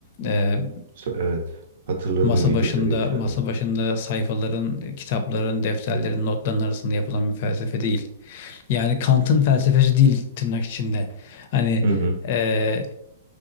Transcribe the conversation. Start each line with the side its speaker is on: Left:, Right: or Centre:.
Left: E,
Right: So- Evet. Hatırladım
Left: Masa
Right: videoda
Left: başında,
Right: geçiyordu.
Left: masa başında sayfaların, kitapların, defterlerin, notların arasında yapılan bir felsefe değil. Yani Kant'ın felsefesi değil tırnak içinde. Hani
Right: Hı hı.
Left: eee,